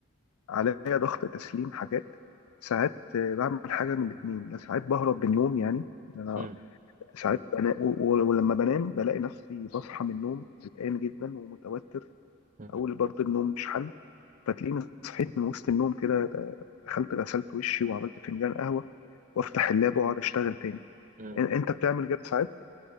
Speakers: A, on the left (about 85°); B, on the right (about 35°).
A: عليا ضغط تسليم حاجات ساعات بعمل حاجة من الاتنين لا ساعات بهرب من النوم يعني أنا
B: امم
A: ساعات بنا... و- و- ولما بنام بلاقي نفسي بصحى من النوم قلقان جدا ومتوتر
B: امم
A: اقول برضه النوم مش حل فتلاقيني صحيت من وسط النوم كده دخلت غسلت وشي وعملت فنجان قهوه وافتح اللاب واقعد اشتغل تاني
B: امم
A: إن- انت بتعمل كده ساعات